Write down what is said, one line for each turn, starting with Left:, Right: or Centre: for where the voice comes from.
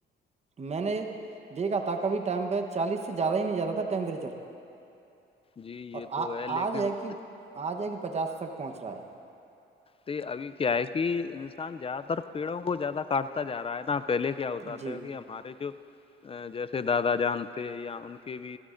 Right: میں نے دیکھا تھا کبھی م چالیس سے زیادہ ہی نہیں جاتا تھا ٹیمپریچر
Left: جی
Right: اور
Left: یہ
Right: آ
Left: تو لیکن
Right: آج ہے کہ آج ہے کہ پچاس تک پہنچ رہا ہے
Left: یہ ابھی کیا ہے کہ انسان زیادہ تر پیڑوں کو زیادہ کاٹتا جا رہا ہے نا پہلے کے کیا ہوتا
Right: جی
Left: تھا کہ ہمارے جو جیسے دادا جانتے یا ان کے بھی